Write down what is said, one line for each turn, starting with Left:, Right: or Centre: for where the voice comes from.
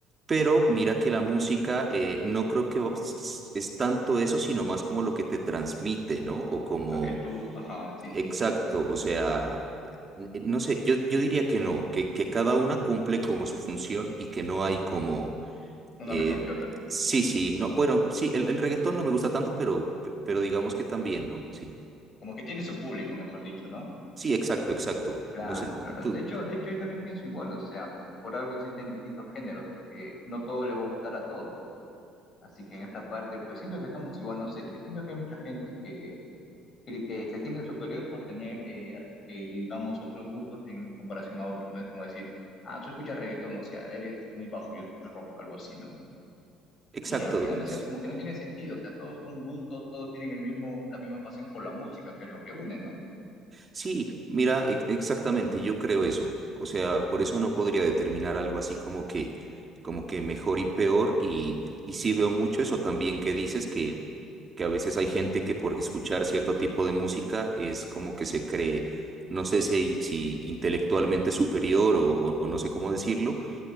Right: Pero mira que la música eh, no creo que va- es tanto eso, sino más como lo que te transmite, ¿no? O como,
Left: Lo que tú, ajá, sí,
Right: exacto,
Left: sí, sí.
Right: o sea, n- no sé, yo, yo diría que no, que, que cada una cumple como su función y que no hay como
Left: Una
Right: eh,
Left: mejor que otra.
Right: sí, sí, no, bueno, sí, el, el reggaetón no me gusta tanto, pero, pero digamos que también, ¿no? Sí,
Left: Como que tiene su público, mejor dicho, ¿no?
Right: sí, exacto, exacto.
Left: Claro,
Right: No sé,
Left: claro.
Right: tú,
Left: De hecho, de hecho, yo también pienso igual, o sea, por algo existen distintos géneros, porque no todo le va a gustar a todos. Así que en esta parte, pues siento que estamos igual, no sé, yo siento que hay mucha gente que cri- eh, se siente superior por tener, eh, eh, digamos, otros gustos en comparación a otros, ¿no? Es como decir, ah, tú escuchas reggaetón, o sea, eres muy bajo, yo escucho rock, algo así, ¿no?
Right: exacto.
Left: Y al final, o
Right: s-
Left: sea, como que no tiene sentido, o sea, todos son gustos, todos tienen el mismo, la misma pasión por la música, que es lo que une, ¿no?
Right: Sí, mira, e- exactamente, yo creo eso. O sea, por eso no podría determinar algo así como que, como que mejor y peor. Y, y sí veo mucho eso también que dices que, que a veces hay gente que por escuchar cierto tipo de música es como que se cree, no sé si, si intelectualmente superior o o- o no sé cómo decirlo